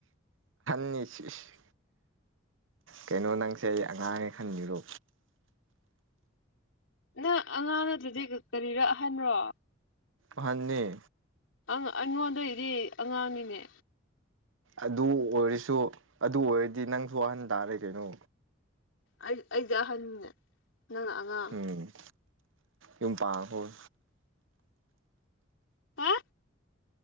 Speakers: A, on the right; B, on the left.
A: ꯑꯦ ꯁꯤꯁ ꯀꯩꯅꯣ ꯅꯪꯁꯦ ꯑꯩ ꯑꯉꯥꯡꯅꯦ ꯈꯟꯂꯤꯔꯣ
B: ꯅꯪ ꯑꯉꯥꯡ ꯅꯠꯇ꯭ꯔꯗꯤ ꯀꯔꯤꯔ ꯑꯍꯟꯔꯣ?
A: ꯑꯍꯟꯅ‌ꯦ
B: ꯑꯪ ꯑꯩꯉꯣꯟꯗꯩꯗꯤ ꯑꯉꯥꯡꯅꯤꯅꯦ
A: ꯑꯗꯨ ꯑꯣꯏꯔꯁꯨ ꯑꯗꯨ ꯑꯣꯏꯔꯗꯤ ꯅꯪꯁꯨ ꯑꯍꯟ ꯇꯥꯔꯦ ꯀꯩꯅꯣ
B: ꯑꯩ ꯑꯩꯗꯤ ꯑꯍꯟꯅꯤꯅ‌ꯦ ꯅꯪꯅ ꯑꯉꯥꯡ
A: ꯎꯝ ꯌꯨꯝ ꯄꯥꯟꯈ꯭ꯔ‌ꯣ
B: ꯍꯥ